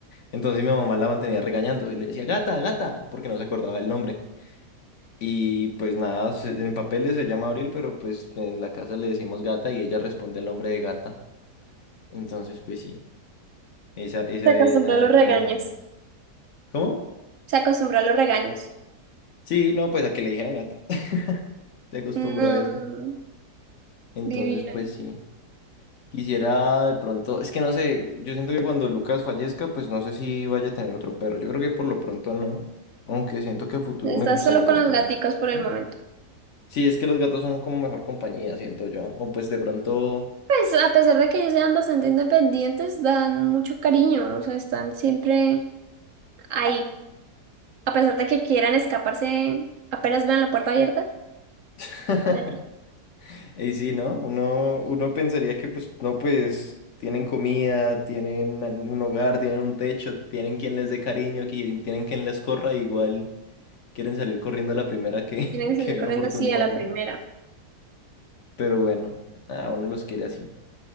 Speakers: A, on the left; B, on the right.
A: Entonces mi mamá la mantenía regañando y le decía, gata, gata, porque no se acordaba del nombre. Y pues nada, se- en papeles se llama Abril, pero pues en la casa le decimos gata y ella responde al nombre de gata. Entonces, pues sí. Esa, esa
B: Se acostumbra
A: es la,
B: a los regaños.
A: la ñeña. ¿Cómo?
B: Se acostumbra a los regaños.
A: Sí, no, pues a que le dijeran gata. <laughs> Se acostumbró
B: No,
A: a eso. Entonces,
B: divina.
A: pues sí. Quisiera de pronto, es que no sé, yo siento que cuando Lucas fallezca, pues no sé si vaya a tener otro perro. Yo creo que por lo pronto no, aunque siento que a futuro
B: Estás
A: me gustaría
B: solo con los
A: tener
B: gaticos
A: un perrito.
B: por el momento.
A: Sí, es que los gatos son como mejor compañía, siento yo. O pues de pronto
B: Pues a pesar de que ellos sean bastante independientes, dan mucho cariño, o sea, están siempre ahí. A pesar de que quieran escaparse, apenas vean la puerta abierta,
A: <laughs>
B: bueno,
A: Y sí, ¿no? Uno, uno pensaría que pues no, pues tienen comida, tienen un hogar, tienen un techo, tienen quien les dé cariño, quien- tienen quien les corra, igual quieren salir corriendo a la primera que,
B: tienen
A: <laughs>
B: que salir
A: que ven
B: corriendo
A: oportunidad,
B: así a la
A: ¿no?
B: primera.
A: Pero bueno, a uno los quiere así.